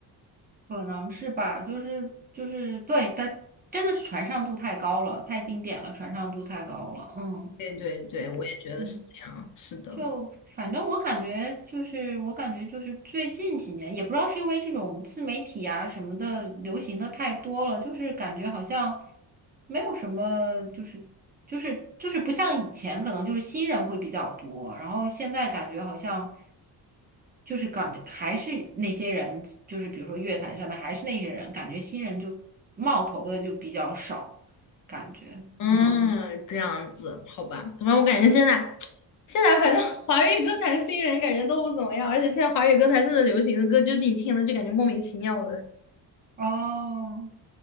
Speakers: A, on the right; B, on the left.
A: 可能是吧，就是就是对，它真的是传唱度太高了，太经典了，传唱度太高了，嗯
B: 对对对，我也觉得是这样，
A: 嗯。
B: 是的。
A: 就反正我感觉就是，我感觉就是最近几年，也不知道是因为这种自媒体啊什么的流行的太多了，就是感觉好像没有什么，就是就是就是不像以前，可能就是新人会比较多，然后现在感觉好像就是感觉还是那些人，就是比如说乐坛上面还是那些人，感觉新人就冒头的就比较少，感觉嗯
B: 嗯，这样子，好吧，反正我感觉现在，现在反正 <laughs> 华语歌坛新人感觉都不怎么样，而且现在华语歌坛现在流行的歌，就你听了就感觉莫名其妙的。
A: 哦